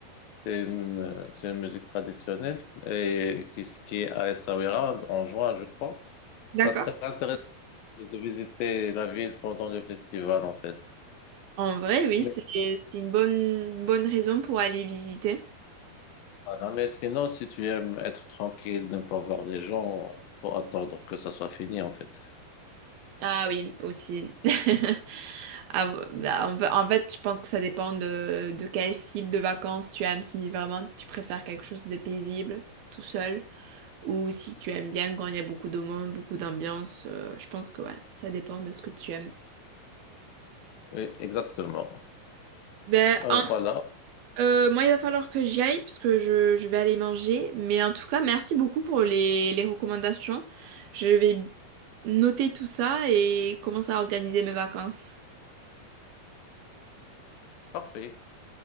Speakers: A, on the left; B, on the right.
A: C'est une, euh, c'est une musique traditionnelle et qui, qui est à Essaouira en juin, je crois.
B: D'accord.
A: Ça serait intéressant de visiter la ville pendant le festival, en fait.
B: En vrai, oui,
A: Mais
B: c'est c'est une bonne bonne raison pour aller visiter.
A: Ah Non, mais sinon, si tu aimes être tranquille, ne pas voir les gens, faut attendre que ça soit fini, en fait.
B: Ah oui, aussi. <laughs> Ah, bah, en en fait, je pense que ça dépend de, de quel style de vacances tu aimes, si vraiment tu préfères quelque chose de paisible, tout seul, ou si tu aimes bien quand il y a beaucoup de monde, beaucoup d'ambiance. euh, je pense que ouais, ça dépend de ce que tu aimes.
A: Oui, exactement.
B: Ben,
A: Euh,
B: en-
A: voilà,
B: euh, moi, il va falloir que j'y aille parce que je, je vais aller manger. Mais en tout cas, merci beaucoup pour les, les recommandations. Je vais noter tout ça et commencer à organiser mes vacances.
A: parfait.